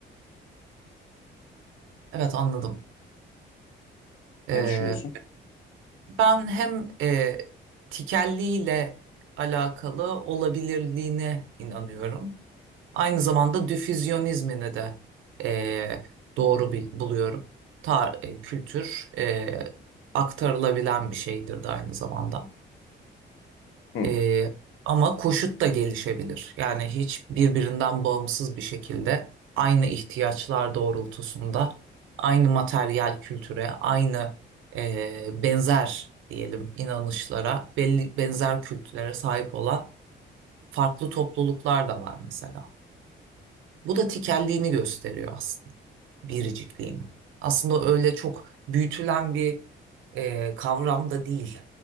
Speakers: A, on the right (about 80°); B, on the left (about 80°).
A: Evet anladım. E,
B: Ne düşünüyorsun?
A: ben hem e, tikelliyle alakalı olabilirliğine inanıyorum. Aynı zamanda difüzyonizmini de e, doğru bir, buluyorum. Ta, e, kültür e, aktarılabilen bir şeydir de aynı zamanda.
B: Hı,
A: Ee, ama koşut da gelişebilir. Yani hiç birbirinden bağımsız bir şekilde aynı ihtiyaçlar doğrultusunda aynı materyal kültüre, aynı e, benzer diyelim inanışlara, belli benzer kültürlere sahip olan farklı topluluklar da var mesela. Bu da tikelliğini gösteriyor aslında, biricikliğini. Aslında öyle çok büyütülen bir e, kavram da değil